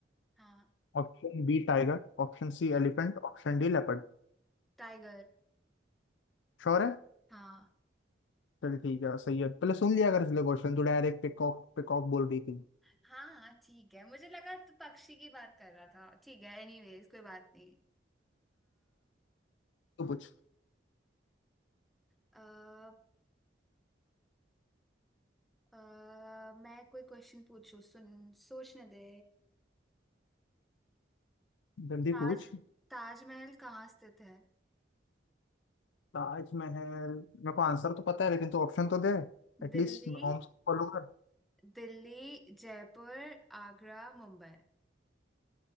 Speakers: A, in the centre; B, on the left.
A: हाँ
B: Option B tiger Option C elephant option D leopard
A: टाइगर
B: Sure है
A: हाँ
B: चल ठीक है सही है पहले सुन लिया अगर इसलिए क्वेश्चन तू डायरेक्ट पिकॉक पिकॉक बोल रही थी
A: हाँ हाँ ठीक है मुझे लगा तू पक्षी की बात कर रहा था ठीक है एनीवेज कोई बात नहीं
B: तू पूछ
A: अ, अह मैं कोई क्वेश्चन पूछू सुन सोचने दे
B: जल्दी
A: ताज
B: पूछ
A: ताजमहल कहाँ स्थित है
B: ताजमहल मेरे को आंसर तो पता है लेकिन तो ऑप्शन तो दे एटलीस्ट
A: दिल्ली
B: नॉर्म्स फॉलो कर
A: दिल्ली जयपुर आगरा मुंबई